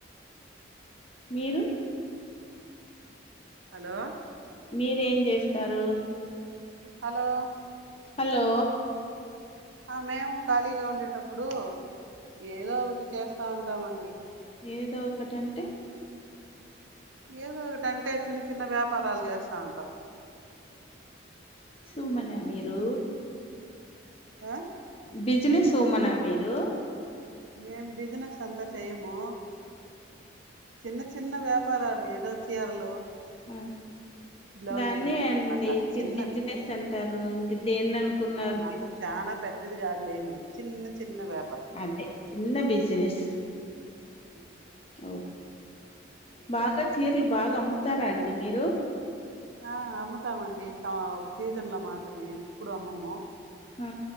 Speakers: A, on the left (about 30°); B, on the right (about 75°).
A: మీరు
B: హలో
A: మీరేం చేస్తారు?
B: హలో
A: హలో
B: ఆ మేము ఖాళీగా ఉండేటప్పుడు ఏదో ఒకటి చేస్తా ఉంటామండి.
A: ఏదో ఒకటంటే
B: ఏదో ఒకటింటే చిన్న చిన్న వ్యాపారాలు చేస్తా ఉంటాము.
A: ఉమెన్ నా మీరు
B: ఆ
A: బిజినెస్ ఉమనా మీరు
B: మేం బిజినెస్ అంతా చేయము. చిన్న చిన్న వ్యాపారాలు ఏదో చీరలు
A: ఉ
B: బ్లౌజులు
A: దాన్నే అండి
B: అట్లా చిన్నవి
A: బిజినెస్ అంటారు ఇంకా దేన్ని అనుకున్నారు
B: అవునా అంత చానా పెద్దది కాదులేండి చిన్న చిన్న వ్యాపారం
A: అదే చిన్న బిజినెస్
B: ఆ
A: అవు బాగ చీర తి బాగా అమ్ముతారా అండి మీరు
B: ఆ అమ్ముతామండి ఒక సీజన్ లో మాత్రమే ఎప్పుడు అమ్మము,
A: ఆ